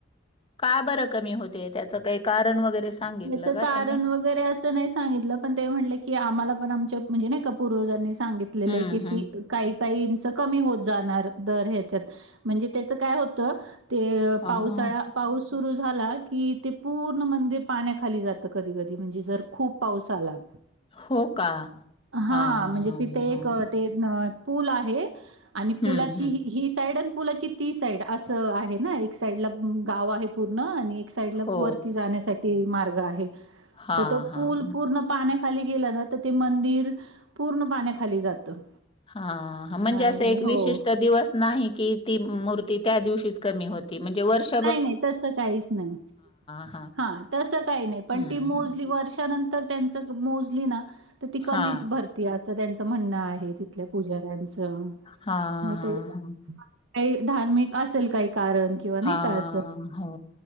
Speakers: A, on the left; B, on the right.
A: का बरं कमी होते त्याच काही कारण वगैरे सांगितलं
B: याचं
A: का त्यांनी.
B: कारण वगैरे असं नाही सांगितलं, पण ते म्हणले की आम्हांला पण आमच्या म्हणजे नाही का पूर्वजांनी सांगितलेलं
A: हम्म
B: आहे कि
A: हम्म.
B: ती काही -काही इंच कमी होत जाणार दर ह्याच्यात म्हणजे त्याच काय होतं ते
A: हां.
B: पावसाळा
A: हां.
B: पाऊस सुरू झाला की, ते पूर्ण मंदर पाण्याखाली जाते. तर कधी कधी म्हणजे जर खूप पाऊस आला.
A: हो, का.
B: हां,
A: हा..
B: म्हणजे
A: हा..
B: तिथे
A: हा..
B: एक अ, ते न पूल आहे आणि पुलाची
A: हं, हं.
B: ही साईड अन् पुलाची ती साईड असं आहे ना, एक साईड ला गाव आहे पूर्ण आणि एक साईड ला
A: हो.
B: वरती जाण्यासाठी तीन मार्ग आहेत.
A: हां,
B: तर तो
A: हां,
B: पूल पूर्ण पाण्याखाली गेला ना, तर ते मंदिर पूर्ण पाण्याखाली जातं.
A: हा म्हणजे
B: आणि
A: असं एक विशिष्ट
B: हो.
A: दिवस नाही की ती मूर् ती त्या दिवशीच कमी होती म्हणजे वर्ष
B: नाही, नाही तस काहीच नाही
A: हां.
B: हा, तसं काही नाही पण
A: हं,
B: ती मोजली
A: हं.
B: ती वर्षानंतर त्यांच मोजली ना, तर ती कमीच
A: हां.
B: भरती असं त्यांचं म्हणणं आहे तिथल्या पुजाऱ्यांचं.
A: हा, हा,
B: मग
A: हा..
B: ते
A: ह.
B: काही धार्मिक असेल काही कारण किंवा नाही का
A: ह
B: असं
A: हो,